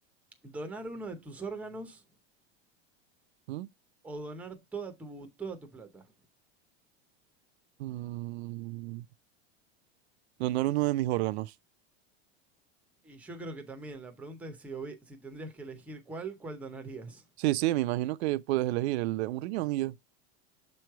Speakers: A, in the centre; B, on the right.
A: donar uno de tus órganos
B: ¿Mm?
A: o donar toda tu, toda tu plata.
B: Mm, donar uno de mis órganos.
A: Y yo creo que también, la pregunta es si, si tendrías que elegir cuál, cuál donarías.
B: Sí, sí, me imagino que puedes elegir el de un riñón y ya.